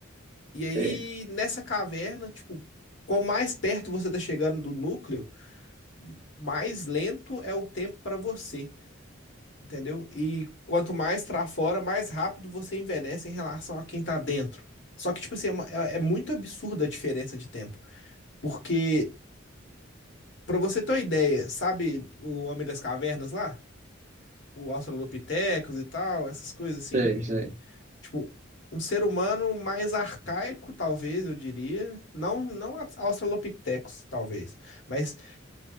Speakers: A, on the left; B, on the right.
A: E aí,
B: sei,
A: nessa caverna, tipo, quanto mais perto você tá chegando do núcleo, mais lento é o tempo para você, entendeu? E quanto mais pra fora, mais rápido você envelhece em relação a quem tá dentro. Só que, tipo assim, é, uma- é- é muito absurda a diferença de tempo. Porque, pra você ter uma ideia, sabe o Homem das Cavernas lá? o Australopithecus e tal, essas coisas assim.
B: sei, sei.
A: Tipo, um ser humano mais arcaico, talvez, eu diria. Não, não a- Australopithecus, talvez. Mas